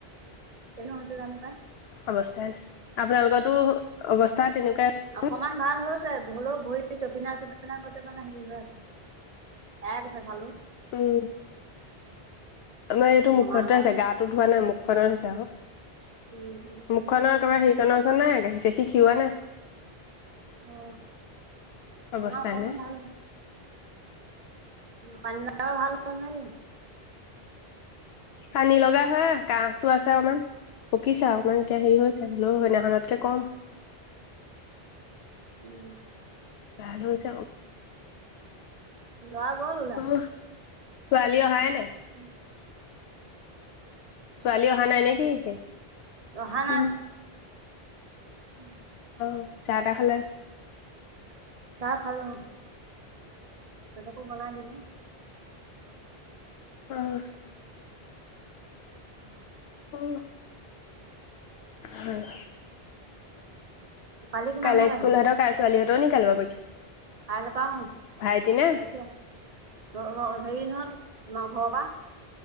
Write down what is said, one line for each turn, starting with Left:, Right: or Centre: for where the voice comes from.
Right: কেলে হৈছে জানো পাই
Left: অৱস্থা নাই আপোনালোকো অৱস্থা তেনেকুৱাই
Right: অকমান ভাল হৈ হৈছে, হ'লেও ভৰি টপিনা চপিনা গোটেই মানে হেৰি হৈ আছে। এয়াই গৈছে জালো <unintelligible>
Left: উম আমাৰ এইটো
Right: ৰঙা
Left: মুখতে
Right: হৈ
Left: আছে। গাটো ধোৱা নাই মোক খৰধৰ হৈছে আক।
Right: উম উম
Left: মুখৰ একেবাৰে হেই কীৰ্তনৰ ওচৰত নাই। গাখীৰ-চাখীৰ খিৰোৱা নাই।
Right: অ
Left: অৱস্থাই
Right: তোমাৰ অকনমান
Left: নাই
Right: ভাল, উম পানী লগা ভাল, <unintelligible>
Left: পানী লগা হে কাহটো আছে অকমান পকিছে অকনমান। এতিয়া হেৰি হৈছে হ'লেও সেইদিনাখনতকে কম।
Right: উম,
Left: <unintelligible>
Right: ল'ৰা গ'ল উলাই,
Left: অ ছোৱালী অহাই নাই।
Right: উম,
Left: ছোৱালী অহা নাই নেকি। <unintelligible>
Right: অহা নাই।
Left: উম
Right: <inaudible>
Left: অ চাহ তাহ খালে।
Right: চাহ খালো। টো বনাই দিলো।
Left: অহ।
Right: <inaudible>
Left: অহ হয়।
Right: কালি কিমান
Left: কাইলে
Right: সময়ত
Left: স্কুল হেতক কাই ছোৱালীহত দ নি কালি পা পৰীক্ষা
Right: কাইলপা অ।
Left: ভাইটি নে
Right: কেতিয়া? ল ল ধেই নহন নভবা-